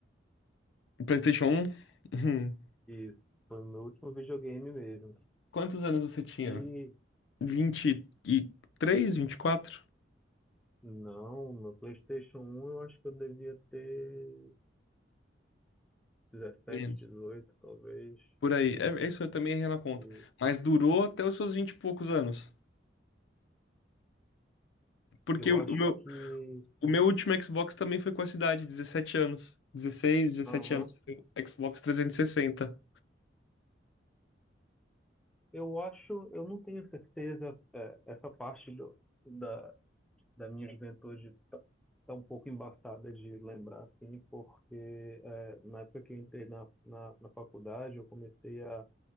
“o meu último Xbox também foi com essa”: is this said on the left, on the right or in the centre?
Left